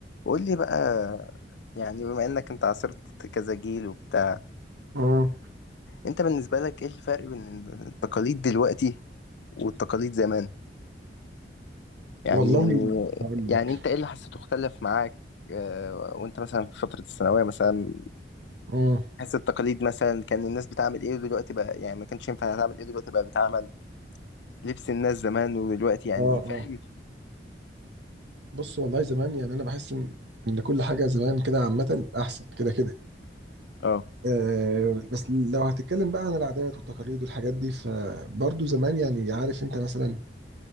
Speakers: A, on the left; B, on the right.
A: قول لي بقى يعني بما انك انت عاصرت كذا جيل وبتاع
B: امم
A: انت بالنسبة لك ايه الفرق بين التقاليد دلوقتي والتقاليد زمان يعني
B: والله هقول
A: يعني
B: لك
A: انت ايه اللي حسيته اختلف معاك آه، وانت مثلا في فترة الثانوية مثلا
B: امم
A: حس التقاليد مثلا كان الناس بتعمل ايه ودلوقتي بقى يعني ما كانش ينفع تعمل ايه دلوقتي بقى بيتعمل لبس الناس زمان ودلوقتي يعني
B: اه
A: فاهم
B: اه بص والله زمان يعني انا بحس ان ان كل حاجه زمان كده عامه احسن كده كده
A: اه
B: آه بس لو هتتكلم بقى عن العادات والتقاليد والحاجات دي فبرضه زمان يعني عارف انت مثلا